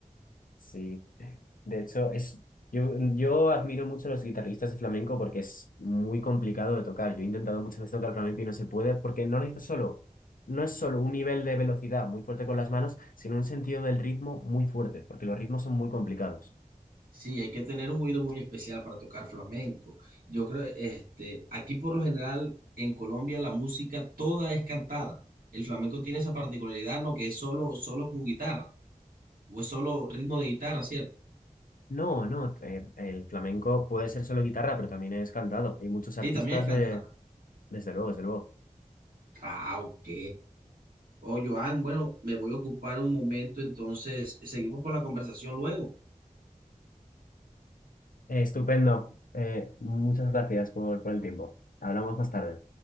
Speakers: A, on the left (about 70°); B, on the right (about 80°).
A: Sí, de hecho, es, yo, yo admiro mucho a los guitarristas de flamenco porque es muy complicado de tocar. Yo he intentado muchas veces tocar flamenco y no se puede porque no necesitas solo, no es solo un nivel de velocidad muy fuerte con las manos, sino un sentido del ritmo muy fuerte, porque los ritmos son muy complicados.
B: Sí, hay que tener un oído muy especial para tocar flamenco. Yo creo, este, aquí por lo general en Colombia la música toda es cantada. El flamenco tiene esa particularidad, ¿no? Que es solo, solo con guitarra, o es solo ritmo de guitarra, ¿cierto?
A: No, no, eh, el flamenco puede ser solo guitarra, pero también es cantado. Hay muchos artistas
B: Sí, también es cantado.
A: de, desde luego, desde luego.
B: Ah, ok. Oh, Joan, bueno, me voy a ocupar un momento, entonces seguimos con la conversación luego.
A: Eh, estupendo. Eh, muchas gracias por, por el tiempo. Hablamos más tarde.